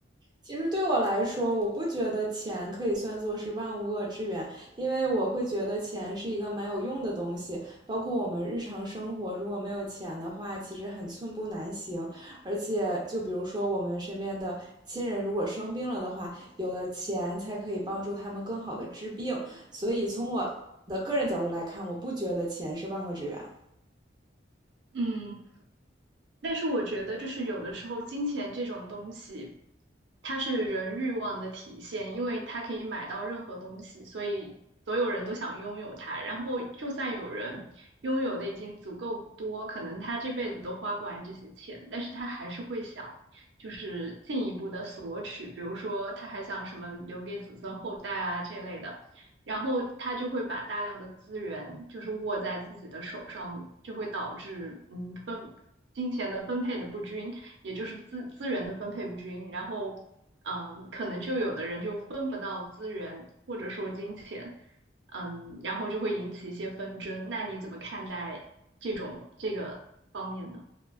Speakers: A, on the right; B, on the right.
A: 其实对我来说，我不觉得钱可以算作是万物恶之源，因为我会觉得钱是一个蛮有用的东西。包括我们日常生活，如果没有钱的话，其实很寸步难行。而且，就比如说我们身边的亲人如果生病了的话，有了钱才可以帮助他们更好的治病。所以，从我的个人角度来看，我不觉得钱是万恶之源。
B: 嗯。但是我觉得，就是有的时候金钱这种东西，它是人欲望的体现，因为它可以买到任何东西，所以所有人都想拥有它。然后，就算有人拥有的已经足够多，可能他这辈子都花不完这些钱，但是他还是会想，就是进一步的索取，比如说他还想什么留给子孙后代啊这类的。然后他就会把大量的资源就是握在自己的手上，就会导致嗯分金钱的分配的不均，也就是资资源的分配不均，然后，嗯，可能就有的人就分不到资源或者说金钱，嗯，然后就会引起一些纷争。那你怎么看待这种这个方面呢？